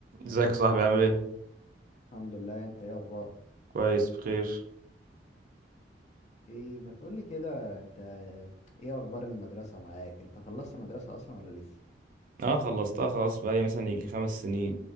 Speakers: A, on the right (about 50°); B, on the left (about 40°).
A: ازيك يا صاحبي عامل ايه
B: الحمد لله انت ايه اخبارك
A: كويس بخير
B: ايه ما تقولي كده انت ايه اخبار المدرسة معاك انت خلصت مدرسة اصلا ولا لسه
A: اه خلصتها خلاص بقالي مثلا يجي خمس سنين